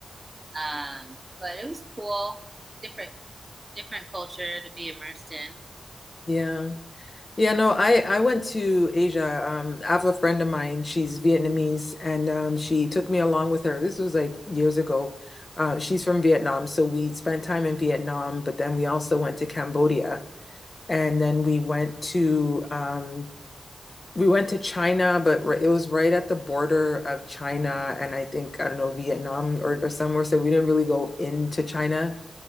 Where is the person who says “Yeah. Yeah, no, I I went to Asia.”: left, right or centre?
Left